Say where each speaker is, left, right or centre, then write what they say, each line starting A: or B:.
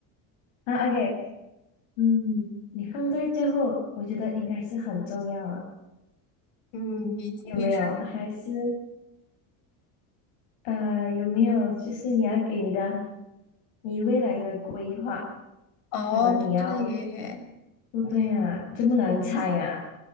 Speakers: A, on the left; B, on the left.
A: 啊 OK，嗯，你放在最后，我觉得应该是很重要了，
B: 嗯，你你猜，
A: 有没有？还是呃有没有就是你要给你的你未来的规划，
B: 哦，
A: 可能你要
B: 不对耶，
A: 不对啊，这么难猜啊，